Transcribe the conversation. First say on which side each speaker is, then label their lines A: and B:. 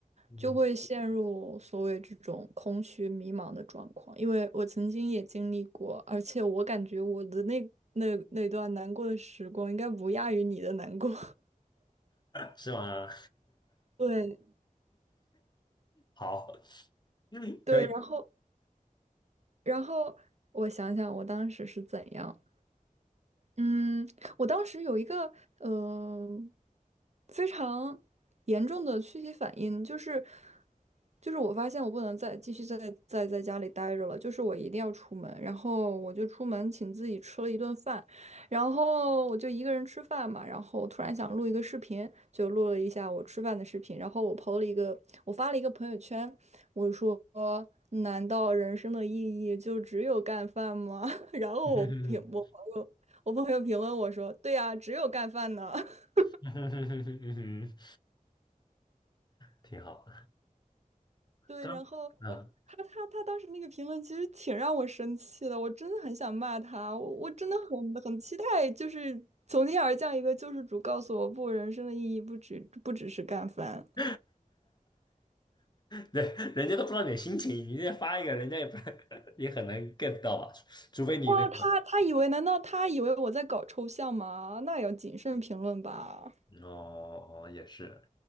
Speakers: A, on the left; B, on the right.
A: 嗯，
B: 就会陷入所谓这种空虚迷茫的状况，因为我曾经也经历过，而且我感觉我的那那那段难过的时光应该不亚于你的难过。<laughs>
A: <laughs> 是吗？
B: 对
A: <laughs> 好，嗯，
B: 对，
A: 可以。
B: 然后然后我想想我当时是怎样，嗯，我当时有一个呃非常严重的躯体反应，就是就是我发现我不能再继续在在在家里待着了，就是我一定要出门，然后我就出门请自己吃了一顿饭，然后我就一个人吃饭嘛，然后突然想录一个视频，就录了一下我吃饭的视频，然后我 PO 了一个，我发了一个朋友圈，我说。难道人生的意义就只有干饭吗？<laughs> 然后我朋我朋友我朋友评论我说：
A: <laughs>
B: “对呀、啊只有干饭呢。<laughs>”
A: <laughs> 嗯哼哼哼哼嗯哼挺好。
B: 对，
A: 刚，
B: 然后然后他他他当时那个评论其实挺让我生气的，
A: 嗯，
B: 我真的很想骂他，我我真的很很期待，就是从天而降一个救世主，告诉我不，人生的意义不只不只是干饭。
A: <laughs> 对，人家都不知道你的心情，你这发一个，人家也不 <laughs> 也很难 get 到吧？除非你那个，
B: 哇，他他以为难道他以为我在搞抽象吗？那也要谨慎评论吧。
A: 哦，哦哦也是。